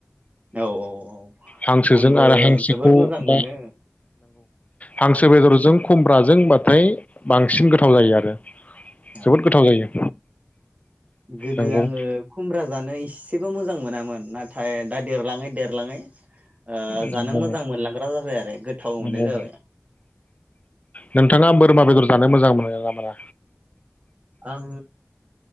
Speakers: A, on the right; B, on the left.
A: औ औ औ
B: हांसोजों
A: आंबो
B: आरो हांसोखौ
A: जोबोर मोजां मोनो
B: दा हांसो बेदरजों खुमब्राजोंबाथाय बांसिन गोथाव जायो आरो।
A: औ
B: जोबोद गोथाव जायो।
A: गोदो
B: नंगौ
A: आङो खुमब्रा जानो इसेबो मोजां मोन मोनामोन नाथाय दा देरलाङै देरलाङै ओ
B: नंगौ
A: जानो मोजां मोनलांग्रा जाबाय आरो गोथाव मोननाय
B: नंगौ
A: जाबाय।
B: नोंथाङा बोरमा बेदर जानो मोजां मोनो ना मोना
A: आं